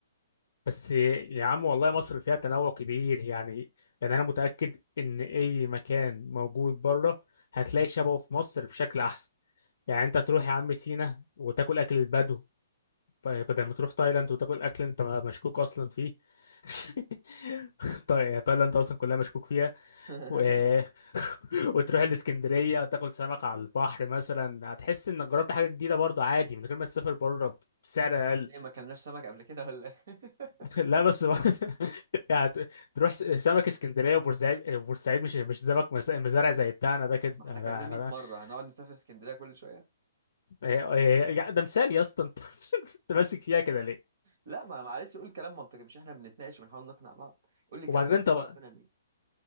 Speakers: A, on the left; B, on the right.
A: بس يا عم والله مصر فيها تنوع كبير يعني يعني انا متاكد ان اي مكان موجود بره هتلاقي شبهه في مصر بشكل احسن يعني انت تروح يا عم سينا وتاكل اكل البدو ب- بدل ما تروح تايلاند وتاكل اكل انت مشكوك اصلا فيه <laughs> طي- يعني تايلاند اصلا كلها مشكوك فيها
B: <laughs>
A: و... <laughs> وتروح الاسكندريه وتاكل سمك على البحر مثلا هتحس انك جربت حاجه جديده برضه عادي من غير ما تسافر بره بسعر اقل
B: ليه ما اكلناش سمك قبل كده ولا ايه <laughs>
A: <laughs> لا بس ما- <laughs> يعني ت- تروح س- سمك اسكندريه وبورسعيد آه، بورسعيد مش مش سمك مز- مزارع زي بتاعنا ده كده
B: ما احنا
A: انا
B: كلمنا 100 مرة
A: أنا-
B: هنقعد نسافر اسكندرية كل شوية
A: إيه- إيه- يا- ده مثال يا اسطى انت <laughs> انت ماسك فيها كده ليه
B: لا ما معلش قول كلام منطقي مش احنا بنتناقش وبنحاول نقنع بعض قول لي كلام
A: وبعدين
B: منطقي
A: انت بقى
B: اقتنع بيه